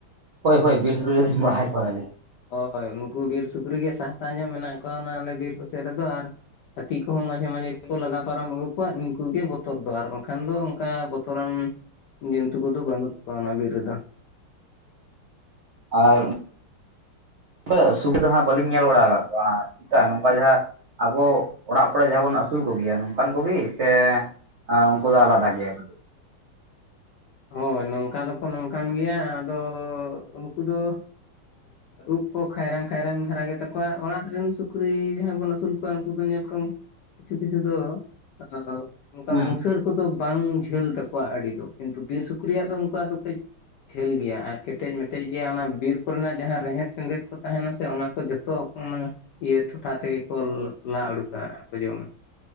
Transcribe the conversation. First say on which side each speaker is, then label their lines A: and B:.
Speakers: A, on the right; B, on the left.
A: ᱦᱳᱭ ᱦᱳᱭ ᱵᱤᱨ ᱥᱩᱠᱨᱤ ᱫᱩᱧ ᱵᱟᱲᱟᱭ ᱠᱚᱣᱟ ᱞᱤᱧ ᱾
B: ᱦᱚᱭ ᱩᱝᱠᱩ ᱵᱤᱨ ᱥᱩᱠᱨᱤ ᱜᱮ ᱥᱟᱦᱛᱟ ᱧᱚᱜ ᱢᱮᱱᱟᱜ ᱠᱚᱣᱟ ᱚᱱᱟ ᱟᱞᱮ ᱵᱤᱨ ᱠᱚ ᱥᱮᱫ ᱨᱮᱫᱚ, ᱟᱨᱼᱼ ᱦᱟᱹᱛᱤ ᱠᱚᱦᱚᱸ ᱢᱟᱡᱷᱮ ᱢᱟᱡᱷᱮ ᱜᱮᱠᱚ ᱞᱟᱜᱟ ᱯᱟᱨᱚᱢ ᱟᱹᱜᱩ ᱠᱚᱣᱟ ᱩᱱᱠᱩ ᱜᱮ ᱵᱚᱛ ᱵᱚᱛᱚᱨ ᱫᱚ ᱟᱨ ᱵᱟᱝᱠᱷᱟᱱ ᱫᱚ ᱚᱝᱠᱟ ᱵᱚᱛᱚᱨᱟᱱ ᱡᱚᱱᱛᱩ ᱠᱚᱫᱚ ᱵᱟᱹᱱᱩᱜ ᱠᱚᱣᱟ ᱚᱱᱟ ᱵᱤᱨ ᱨᱮᱫᱚ ᱾
A: ᱟᱨ ᱠᱚ ᱥᱩᱴ ᱫᱚ ᱦᱟᱸᱜ ᱵᱟᱹᱞᱤᱧ ᱧᱮᱞ ᱵᱟᱲᱟ ᱟᱠᱟᱫ ᱠᱚᱣᱟ ᱪᱮᱫᱠᱟ ᱱᱚᱝᱠᱟ ᱡᱟᱦᱟᱸ ᱟᱵᱚ ᱚᱲᱟᱜ ᱠᱚᱨᱮ ᱡᱟᱦᱟᱸ ᱵᱚᱱ ᱟᱹᱥᱩᱞ ᱠᱚᱜᱮᱭᱟ ᱱᱚᱝᱠᱟᱱ ᱠᱚᱜᱤ ᱥᱮ ᱟ ᱩᱱᱠᱩ ᱫᱚ ᱟᱞᱟᱫᱟ ᱜᱮᱭᱟ ᱠᱟᱹᱴᱤᱜ
B: ᱦᱳᱭ ᱱᱚᱝᱠᱟ ᱫᱚᱠᱚ ᱱᱚᱝᱠᱟᱱ ᱜᱮᱭᱟ ᱟᱫᱚ ᱩᱱᱠᱩ ᱫᱚ ᱩᱵ ᱠᱚ ᱠᱷᱟᱭᱨᱟᱝ ᱠᱷᱟᱭᱨᱟᱝ ᱫᱷᱟᱨᱟ ᱜᱮᱛᱟ ᱠᱚᱣᱟ ᱚᱲᱟᱜ ᱨᱮᱱ ᱥᱩᱠ ᱠᱨᱤ ᱡᱟᱦᱟᱸ ᱵᱚᱱ ᱟᱹᱥᱩᱞ ᱠᱚᱣᱟ ᱩᱱᱠᱩ ᱫᱚ ᱧᱮᱞᱠᱚᱢ ᱠᱤᱪᱷᱩ ᱠᱤᱪᱷᱩ ᱫᱚ ᱟᱫᱚ <inaudible> ᱚᱝᱠᱟ
A: ᱦᱮᱸ
B: ᱢᱩᱥᱟᱹᱨ ᱠᱚᱫᱚ ᱵᱟᱝ ᱡᱷᱟᱹᱞ ᱛᱟᱠᱚᱣᱟ ᱟᱹᱰᱤ ᱫᱚ ᱠᱤᱱᱛᱩ ᱵᱤᱨ ᱥᱩᱠᱨᱤᱭᱟᱜ ᱫᱚ ᱩᱱᱠᱩᱣᱟᱜ ᱫᱚ ᱠᱟᱹᱡ ᱡᱷᱟᱹᱞ ᱜᱮᱭᱟ ᱟᱨ ᱠᱮᱴᱮᱡ ᱢᱮᱴᱮᱡ ᱜᱮᱭᱟ ᱚᱱᱟ ᱵᱤᱨ ᱠᱚᱨᱮᱱᱟᱜ ᱡᱟᱦᱟᱸ ᱨᱮᱦᱮᱫ ᱥᱮᱸᱫᱮᱫ ᱠᱚ ᱛᱟᱦᱮᱱᱟ ᱥᱮ ᱚᱱᱟ ᱠᱚ ᱡᱷᱚᱛᱚ ᱚᱱᱟ ᱤᱭᱟᱹ ᱴᱚᱴᱷᱟ ᱛᱮᱜᱮ ᱠᱚ ᱞᱟ ᱩᱰᱩᱠᱟ ᱟᱨ ᱠᱚ ᱡᱚᱢᱟ